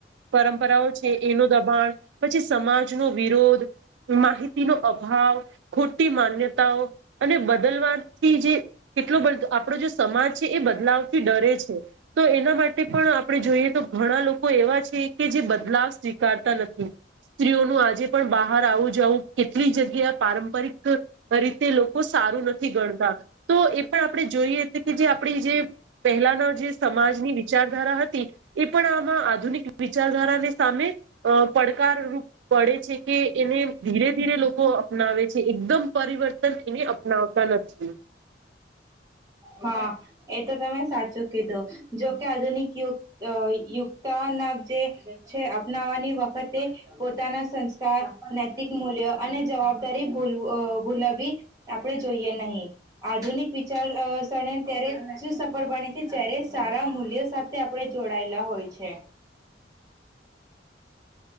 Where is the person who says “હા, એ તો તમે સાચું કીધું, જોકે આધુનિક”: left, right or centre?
Right